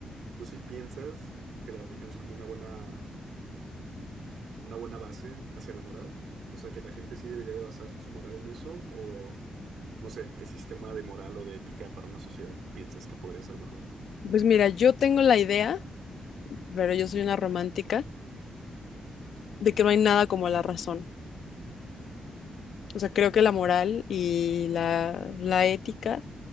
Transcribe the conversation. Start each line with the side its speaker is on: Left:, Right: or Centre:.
Right: tú sí piensas que la religión es como una buena, una buena base hacia la moral. O sea, que la gente sí debería de basar su moral en eso, o no sé, qué sistema de moral o de ética para una sociedad piensas que podría ser mejor.
Left: Pues mira, yo tengo la idea, pero yo soy una romántica, de que no hay nada como la razón. O sea, creo que la moral y la, la ética